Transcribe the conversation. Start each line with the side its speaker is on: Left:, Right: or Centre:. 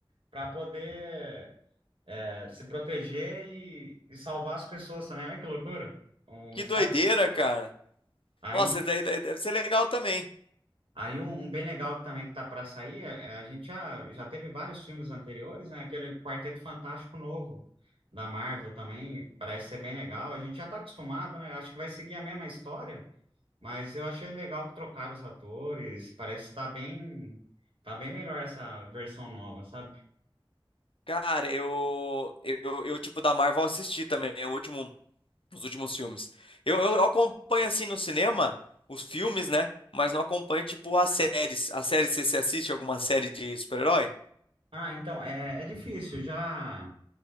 Right: para poder é, se proteger e, e salvar as pessoas também. Olha que loucura. Um,
Left: que
Right: sabe?
Left: doideira, cara.
Right: Aí,
Left: Nossa, daí, daí deve ser legal também.
Right: aí um, um bem legal que também que tá para sair, é- é, a gente já, já teve vários filmes anteriores, né? Aquele Quarteto Fantástico novo da Marvel também parece ser bem legal. A gente já tá acostumado, né? Eu Acho que vai seguir a mesma história, mas eu achei legal que trocaram os atores. Parece estar bem, tá bem melhor essa versão nova, sabe?
Left: Cara, eu, eu, eu, tipo, da Marvel eu assisti também, né, o último, os últimos filmes. Eu, eu acompanho, assim, no cinema, os filmes, né, mas não acompanho, tipo, as séries. As séries, você, você assiste alguma série de super-herói?
Right: Ah, então é, é difícil já.